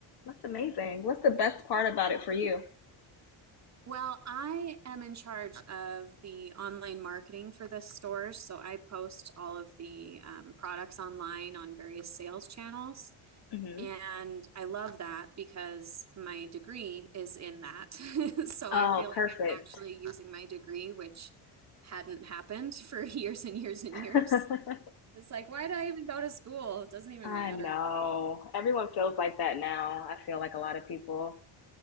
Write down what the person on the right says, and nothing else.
Well, I am in charge of the online marketing for the stores, so I post all of the um, products online on various sales channels.
And I love that because my degree is in that. <laughs> so
I feel like
I'm actually using my degree, which hadn't happened <laughs> for years and years and
years. It's like, why did I even go to school? It doesn't even
matter.